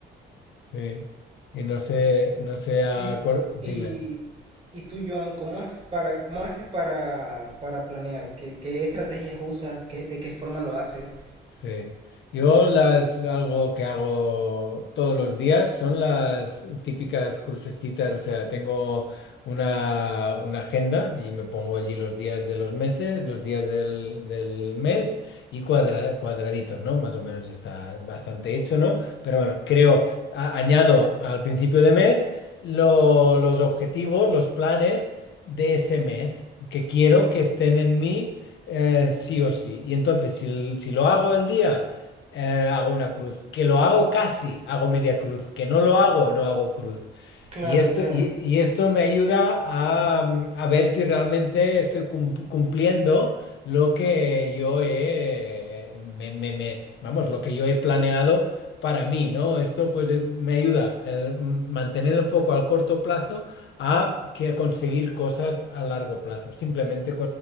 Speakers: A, on the left; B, on the right.
A: Sí. Y no sé, no sé a
B: Y,
A: cuál- Dime.
B: y, y tú, Joan, ¿cómo haces para, cómo haces para, para planear? ¿Qué, qué estrategias usas? ¿Qué- de qué forma lo haces?
A: Sí. Yo las algo que hago todos los días son las típicas crucecitas, o sea, tengo una, una agenda y me pongo allí los días de los meses, los días del, del mes y cuadra- cuadraditos, ¿no? Más o menos está bastante hecho, ¿no? Pero bueno, creo, a- añado al principio de mes lo- los objetivos, los planes de ese mes que quiero que estén en mí eh, sí o sí. Y entonces, si, l- si lo hago el día, eh, hago una cruz. Que lo hago casi, hago media cruz. Que no lo hago, no hago cruz.
B: Claro,
A: Y esto,
B: claro.
A: y, y esto me ayuda a, mm, a ver si realmente estoy cum- cumpliendo lo que yo he, me- me- me- vamos, lo que yo he planeado para mí, ¿no? Esto pues eh, me ayuda a mantener el foco al corto plazo a que a conseguir cosas a largo plazo, simplemente